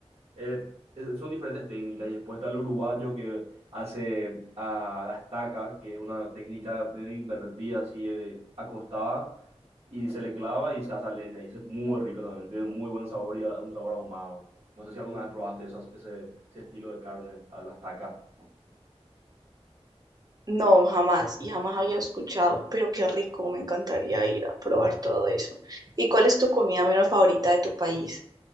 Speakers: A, on the right; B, on the right.
A: eh, eh, son diferentes técnicas. Y después está el uruguayo que hace a la estaca, que es una técnica de invertida, así eh, acostada, y se le clava y se hace a leña. Y ese es muy rico también, tiene muy buen sabor y a- un sabor ahumado. No sé si alguna vez probaste esas- ese, ese estilo de carne, a la estaca.
B: No, jamás, y jamás había escuchado, pero qué rico, me encantaría ir a probar todo eso.
A: Sí.
B: ¿Y cuál es tu comida menos favorita de tu país?